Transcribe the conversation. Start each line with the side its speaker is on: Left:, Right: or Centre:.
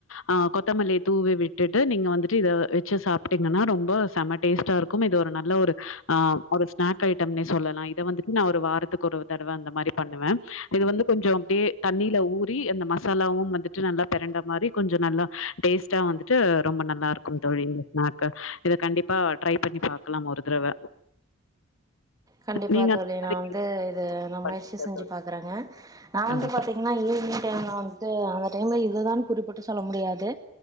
Left: ஆ கொத்தமல்லிய தூவி விட்டுட்டு நீங்க வந்துட்டு இத வச்சு சாப்ட்டீங்கன்னா ரொம்ப செம டேஸ்ட்டா இருக்கு இது ஒரு நல்ல ஒரு ஆ ஒரு ஸ்நாக் ஐட்டம்னே சொல்லலா இத வந்துட்டு நா ஒரு வாரத்துக்கு ஒரு தடவ அந்த மாதிரி பண்ணுவே இது வந்து கொஞ்சோ அப்டியே தண்ணீல ஊறி அந்த மசாலாம் வந்துட்டு நல்லா பெரண்ட மாரி கொஞ்சோ நல்லா டேஸ்ட்டா வந்துட்டு ரொம்ப நல்லா இருக்கும் தோழி இந்த ஸ்நாக்கு இத கண்டிப்பா ட்ரை பண்ணி பாக்கலா ஒரு தடவ
Right: கண்டிப்பா
Left: நீங்க
Right: தோழி
Left: அந்த மாரி
Right: நா வந்து இது நா
Left: பண்ணுவீங்களா
Right: முயற்சி செஞ்சு
Left: தோழி?
Right: பாக்குறேங்க நா
Left: கண்டிப்பா.
Right: வந்து பாத்தீங்கனா ஈவினிங் டைம்ல வந்து து அந்த டைம்ல இதுதான் குறிப்பிட்டு சொல்ல முடியாது